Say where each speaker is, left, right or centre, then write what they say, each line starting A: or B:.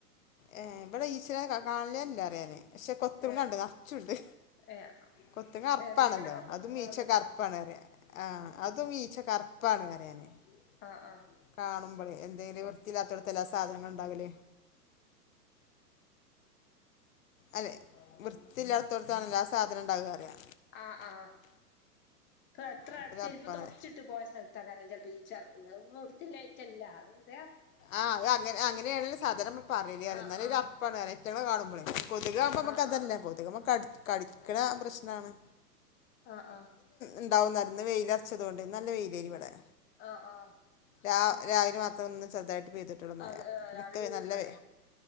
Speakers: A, on the left; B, on the left.
A: ഏ ഇവിടെ ഈച്ചകളെ കാണില്ലല്ല അറിയാ ഞാൻ പക്ഷെ കൊത്തുങ്ങ
B: ഏ
A: ഇണ്ട് നർച്ചുണ്ട്
B: ഏ
A: കൊത്തു അറപ്പാണല്ലോ
B: എന്തെങ്കിലൊക്കെ ഒന്ന്
A: അത്ും
B: വേണല്ലോ
A: ഈച്ചക്കറപ്പാണ്റിയ ആ അത് ഈച്ചക്കറുപ്പ പാ <unintelligible>
B: ആ ആ
A: കാണുമ്പോളേ എന്തെങ്കിലും വൃത്തില്ലാത്തടത്തെ എല്ലാ സാധനങ്ങളൾ ഇണ്ടാകൽ അല്ലെ വൃത്തില്ലാത്തോടത്താണല്ല ആ സാധനം ഇണ്ടാവ അറിയാ
B: ആ ആ ഇ എത്ര
A: അപ്പം
B: അടച്ചരിപ്പ
A: കറുപ്പാണ്
B: തുടച്ചിട്ട പോയ സ്ഥലത്ത് <unintelligible> ചിലപ്പോ ഈച്ചിറക്കുന്നെ <unintelligible>
A: ആ അഹ് അങ്ങനെ അങ്ങനെയണങ്കില സാധാരണ നമ്മ പറയല്
B: ആ
A: എന്നാലും ഒരു
B: ആ
A: അർപ്പാണ് റിയ കുട്ട്യാളെ കാണുമ്പളെ കൊതുകാവുമ്പ നമക്കതന്നെ
B: ആ ആ
A: കൊത്ക് ന കടി കടിക്കണ പ്രശ്നാണ്.
B: ആഹ് ആഹ്
A: ഉണ്ടാവുന്നാരുന്നു വെയിലറച്ചതോണ്ട്. നല്ല വെയിലാനിവടെ.
B: ആഹ് ആഹ്
A: രാ രാവില മാത്രം ഒന്ന് ചെറുതായിട്ട് പെയ്തിട്ടൊള്ള മയ.
B: അതെ
A: ഇവിടക്കെ
B: രാവിലെ മുതൽ
A: നല്ല
B: മഴ
A: വെ